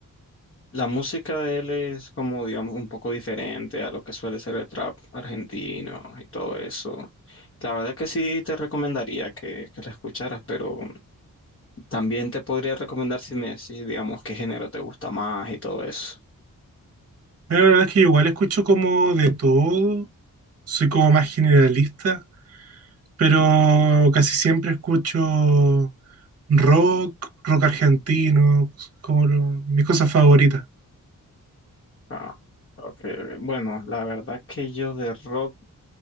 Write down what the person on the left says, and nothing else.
la música de él es como, digamos, un poco diferente a lo que suele ser el trap argentino y todo eso. La verdad que sí te recomendaría que, que la escucharas, pero también te podría recomendar si me decís, digamos, qué género te gusta más y todo eso.
Ah, ok, ok. Bueno, la verdad que yo de rock.